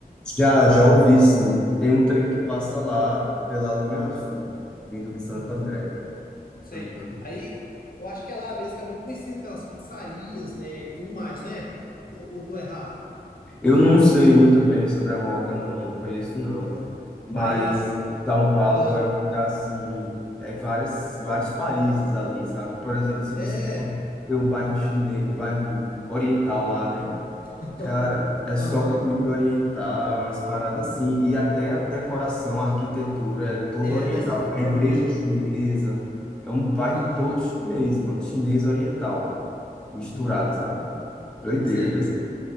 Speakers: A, in the centre; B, on the left.
A: Já, já ouvi, sim. Tem um trem que passa lá pela linha azul, vindo de Santo
B: Uhum,
A: André.
B: sei.
A: Aham.
B: Aí eu acho que é lá mesmo que é muito conhecido pelas pizzarias, né? E tudo mais, né? Tô- ou tô errado?
A: Eu não sei muito bem sobre a Moca, não. Não conheço, não.
B: Aham.
A: Mas
B: Mas,
A: São Paulo
B: ah,
A: é um lugar assim, é várias, vários países ali, sabe? Por exemplo, se você
B: é,
A: for ver um bairro chinês, bairro oriental lá, né?
B: <laughs>
A: Cara, é só
B: aham,
A: comida oriental, umas paradas assim, e até a decoração, a arquitetura é toda
B: é
A: oriental.
B: dessa forma,
A: A igreja
B: né?
A: chinesa é um bairro
B: Aham,
A: todo chinês, mano, chinês oriental
B: uhum,
A: lá, misturado,
B: uhum,
A: sabe? Doideira,
B: sei,
A: doideira.